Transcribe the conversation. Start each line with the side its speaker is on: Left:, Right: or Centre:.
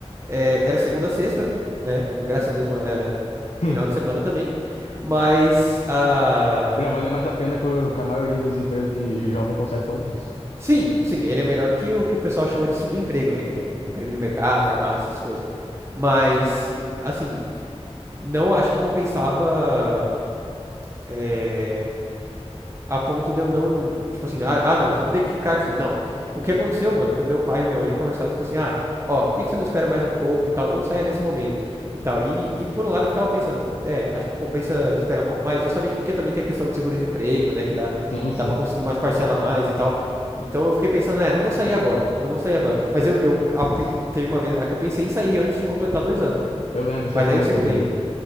Right: é, era segunda a sexta, né? Não, graças a Deus não era final
Left: <laughs>
Right: de semana também. Mas, ah,
Left: Já valia mais a pena porque a maioria dos empregos que jovem consegue por causa disso.
Right: sim, sim, ele é melhor do que o que o pessoal chama de subemprego, né? Que é emprego de mercado, farmácia, essas coisas. Mas, assim, não acho que compensava é, a ponto de eu não, tipo assim, ah, ah, não, vou ter que ficar aqui. Não. O que aconteceu, mano, foi meu pai e minha mãe conversar, tipo assim, ah, ó, por que que você não espera mais um pouco e tal, não saia nesse momento e tal. E, e por um lado eu ficava pensando, é, acho que compensa esperar um pouco mais, justamente porque também tem a questão de seguro-desemprego, né, que dá,
Left: Sim, sim.
Right: dá pra conseguir umas parcelas a mais e tal. Então eu fiquei pensando, é, não vou sair agora, não vou sair agora. Mas eu, eu a- teve uma vez lá que eu pensei em sair antes de completar dois anos, velho.
Left: Eu lembro, você
Right: Mas
Left: comentou
Right: aí eu segurei.
Left: comigo.